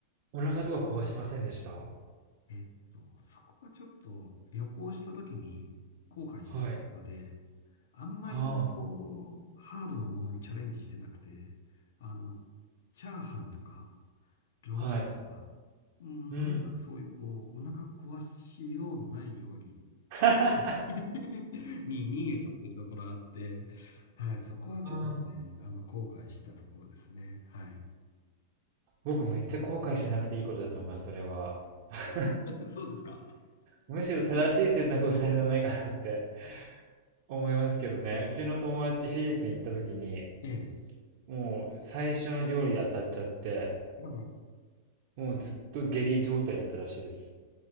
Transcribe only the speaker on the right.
お腹とか壊しませんでした
はい。
はあ。
はい。
うん。
<laughs>
うん。
<laughs> 僕めっちゃ後悔しなくていいことだと思います、それは。<laughs>
むしろ正しい選択をしたんじゃないかなって。思いますけどね。うちの友達フィリピン行った時に、
もう最初の料理で当たっちゃって、
もうずっと下痢状態だったらしいです。